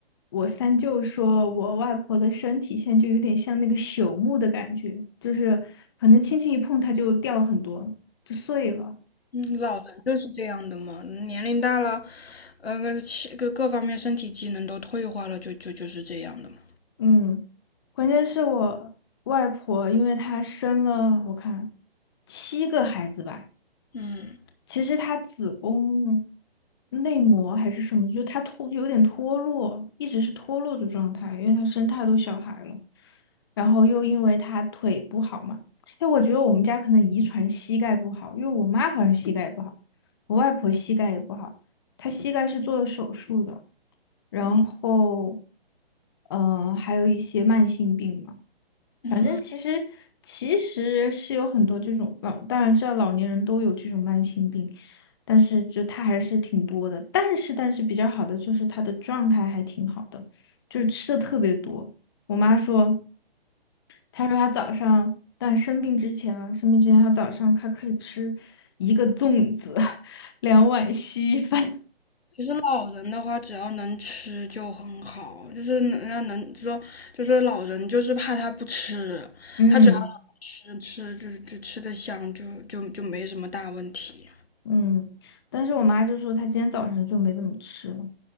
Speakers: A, on the left; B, on the left.
A: 我三舅说，我外婆的身体现在就有点像那个朽木的感觉，就是可能轻轻一碰它就掉很多，就碎了。
B: 嗯，老人就是这样的嘛，年龄大了，嗯、呃，气各各方面身体机能都退化了，就就就是这样的嘛。
A: 嗯，关键是我外婆，因为她生了我看七个孩子吧。
B: 嗯
A: 其实她子宫内膜还是什么，就她脱有点脱落，一直是脱落的状态，因为她生太多小孩了，然后又因为她腿不好嘛，哎，我觉得我们家可能遗传膝盖不好，因为我妈好像膝盖也不好，我外婆膝盖也不好，她膝盖是做了手术的，然后，
B: 嗯
A: 呃，还有一些慢性病嘛。
B: 嗯嗯，
A: 反正其实其实是有很多这种老，当然知道老年人都有这种慢性病，但是就他还是挺多的。但是但是比较好的就是他的状态还挺好的，就是吃的特别多。我妈说，她说她早上，但生病之前啊，生病之前她早上她可以吃一个粽子，<laughs> 两碗稀饭。<laughs>
B: 其实老人的话，只要能吃就很好，就是能人家能说，就说老人就是怕他不吃，
A: 嗯
B: 他只要。吃吃就就吃的香，就就就没什么大问题。
A: 嗯，但是我妈就说她今天早上就没怎么吃了。